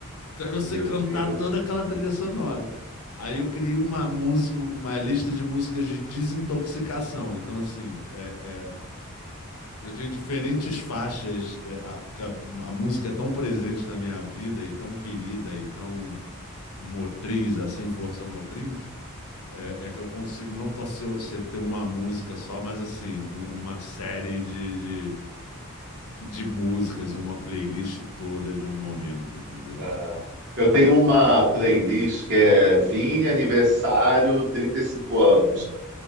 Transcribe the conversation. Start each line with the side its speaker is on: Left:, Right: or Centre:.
Left: Então eu
Right: Meu
Left: sei cantar
Right: Deus.
Left: toda aquela trilha sonora. Aí eu criei uma música, uma lista de músicas de desintoxicação. Então, assim, é, eu tenho diferentes faixas, é, a- porque a, a música é tão presente na minha vida e tão querida e tão motriz, assim, força motriz, é, é que eu consigo não só ser, ser- ter uma música só, mas assim, um- uma série de, de, de músicas, uma playlist toda de um momento, entendeu?
Right: Ah, Eu tenho uma playlist que é Vini Aniversário 35 anos,